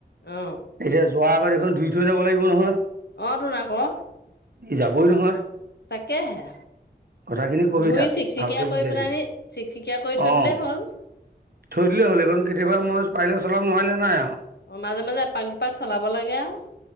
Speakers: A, on the left (about 70°); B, on the right (about 60°).
A: অ
B: এতিয়া যোৱাৰ আগত এইখন ধুই থৈ যাব লাগিব নহয়।
A: অ, টোন আকৌ।
B: ই, যাবই নহয়।
A: তাকেহে।
B: কথাখিনি কবি
A: ধুই,
B: তাক
A: চিকচিকিয়া
B: ভালকে বুজাই
A: কৰি পালে
B: দিবি
A: আনি, চিকচিকিয়া কৰি থৈ
B: অঁ
A: দিলেই হ'ল।
B: থৈ দিলেই হ'ল, এইখন কেতিয়াবা
A: অ
B: মই পাৰিলে চলাম নোৱাৰিলে নাই আৰু।
A: অ, মাজে, মাজে এপাক- দুপাক চলাব লাগে আৰু।